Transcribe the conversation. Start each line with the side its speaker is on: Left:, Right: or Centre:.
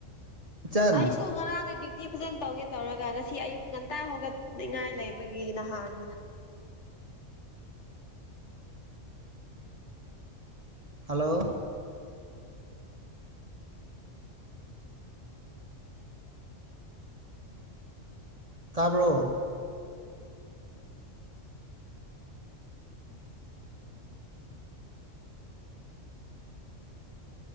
Right: ꯏꯆꯟ
Left: ꯑꯩꯁꯨꯨ ꯉꯔꯥꯡꯅ ꯗ꯭ꯌꯨ ꯇꯤ ꯐꯖꯅ ꯇꯧꯒꯦ ꯇꯧꯔꯒ ꯉꯁꯤ ꯑꯌꯨꯛ ꯉꯟꯇꯥ ꯍꯧꯒꯠꯅꯤꯉꯥꯏ ꯂꯩꯕꯒꯤ ꯅꯍꯥꯟ
Right: ꯍꯜꯂꯣ꯫ ꯇꯥꯕ꯭ꯔꯣ꯫